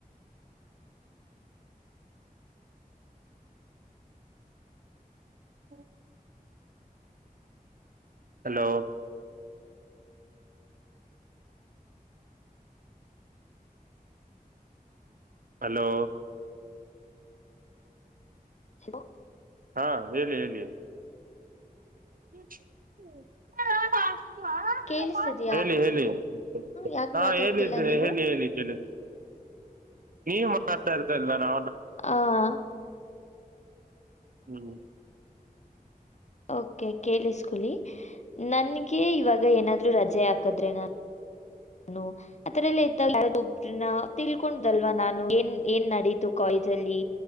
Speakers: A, on the right (about 65°); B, on the left (about 50°).
A: ಹಾ ಹಲೋ. ಹಲೋ
B: <inaudible>
A: ಹಾ ಹೇಳಿ ಹೇಳಿ <inaudible> <unintelligible>
B: ಕೇಳಿಸ್ತಿದಯಾ
A: ಹೇಳಿ ಹೇಳಿ
B: ಯಾಕ
A: ಹಾ
B: ಮಾತಾಡ್ತಿಲ್ಲ
A: ಹೇಳಿದ್ದ
B: ನೀವು
A: ಹೇಳಿ ಹೇಳಿ ಕೆಳ ನಿ ಮಾಡ್ತಾ ಇರ್ತಲ್ಲ ನಾ
B: ಹಾಆ
A: ಹ್ಮ್
B: ಓಕೆ ಕೇಳಿಸ್ಕಲಿ ನನ್ಗೆ ಇವಾಗ ಏನಾದ್ರೂ ರಜೆ ಹಾಕದ್ರೆ ನಾನು ನೋ ಅದರಲ್ಲಿ ಇದ್ದಾಗ ಯಾರಾದ್ರೂ ಒಬ್ಬರನ್ನ ತಿಳ್ಕೊಂಡ್ಲ್ವಾ ನಾನು ಏನ್ ಏನ್ ನಡೀತು ಕಾಲೇಜ್ ಅಲ್ಲಿ